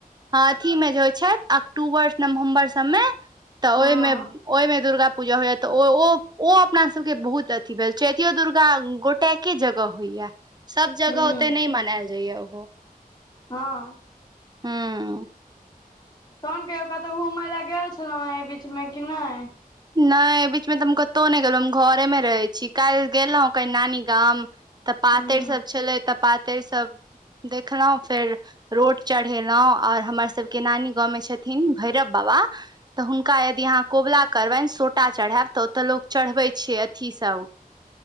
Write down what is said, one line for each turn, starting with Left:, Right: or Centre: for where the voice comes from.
Right: हं अथी मे जे होइ छथि अक्टूबर नवम्बर सभमे तऽ
Left: हँ
Right: ओइमे ओइमे दुर्गा पूजा होइयै तऽ ओ ओ ओ अप अपना सबके बहुत अथी भेल चैतियो दुर्गा गोटैके जगह होइयै। सब जगह
Left: हूँ
Right: ओते नै मनायल जाइयै ओहो
Left: हँ
Right: हूंऽ
Left: तहन कहियौ कतौ घूमय लए गेल छलहुँ हैं एहि बीच मे कि नहि।
Right: नै अइ बीच मे तऽ हम कतहु नै गेलहुं हम घरे मे रहै छी काइल गेलौं कनि नानी गाम तऽ पातरि
Left: ह
Right: सब छलै तऽ पातरि सब देखलौं फेर रोट चढ़ेलौं और हमर सबके नानी गाँवमे छथिन भैरव बाबा तऽ हुनका यदि अहाँ कोबुला करबनि सोटा चढ़ैब तऽ ओतय लोक चढ़बै छै अथी सब